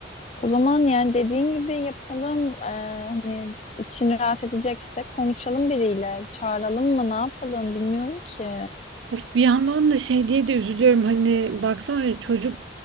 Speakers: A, on the left; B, on the right.
A: O zaman yani dediğin gibi yapalım. Ee, hani için rahat edecekse konuşalım biriyle. Çağıralım mı ne yapalım bilmiyorum ki.
B: Of bir yandan da şey diye de üzülüyorum. Hani baksana hani çocuk